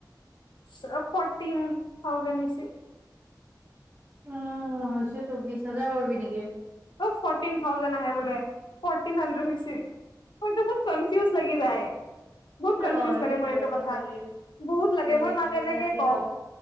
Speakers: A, on the left (about 85°); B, on the right (about 25°).
A: চব ফৰ্টিন থাউজেণ্ড হৈছে।
B: উম হৈছে তো বিশ হাজাৰ কৰবি নেকি?
A: অ ফৰ্টিন থাউজেণ্ড আহে বোলে ফৰ্টিন হাড্ৰেড হৈছে। মোৰতো বুত কনফিউজ লাগি যায়। বহুত কনফিউজ
B: হয়
A: লাগে
B: কিন্তু
A: মোৰ এইটো
B: এটাচি
A: কথাত।
B: জি
A: বহুত লাগে
B: হয়
A: মই
B: কিন্তু
A: মাক
B: এটাচি
A: এনেকে কওঁ
B: ডট